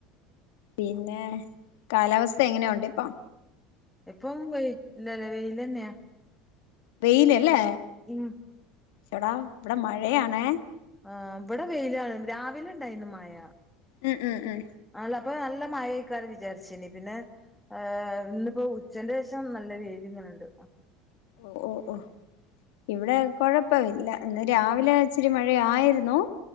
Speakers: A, on the left (about 80°); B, in the centre.
A: പിന്നെ കാലാവസ്ഥ എങ്ങനെ ഉണ്ട് ഇപ്പൊ
B: ഇപ്പോ വെയി ല ലെ വെയില് തന്നെയാ
A: വെയില് അല്ലേ
B: ഉം
A: എടാ ഇവിടെ മഴയാണേ
B: ആഹ് ഇവിടെ വെയിലാണ് രാവിലെ ഉണ്ടായിരുന്നു മഴ
A: ഉം ഉം ഉം
B: ആല്ല അപ്പൊ നല്ല മഴ ആയിക്കാരം വിചാരിച്ചീനി പിന്നെ ഏഹ് ഇന്നിപ്പോ ഉച്ചന്റെ ശേഷം നല്ല വെയില് ഇങ്ങനെണ്ട്
A: ഓഹ് ഓഹ് ഓഹ് ഇവിടെ കൊഴപ്പം ഇല്ല ഇന്ന് രാവിലെ ഇച്ചിരി മഴ ആയിരുന്നു